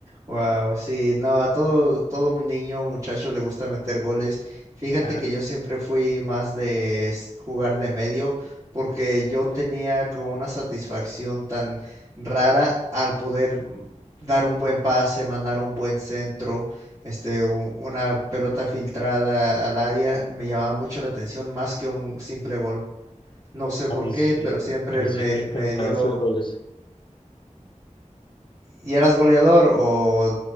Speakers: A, on the right; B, on the left.
A: Wow, sí, no, a todo, todo mi niño, muchacho le gusta meter goles. Fíjate
B: Claro.
A: que yo siempre fui más de s- jugar de medio, porque yo tenía como una satisfacción tan rara al poder mm, dar un buen pase, mandar un buen centro, este, u- una pelota filtrada al área, me llamaba mucho la atención más que un simple gol. No sé
B: A
A: por
B: mí
A: qué,
B: sí,
A: pero Sí. siempre
B: a mí sí
A: me,
B: me encantaba
A: me dio.
B: hacer goles.
A: ¿Y eras goleador o,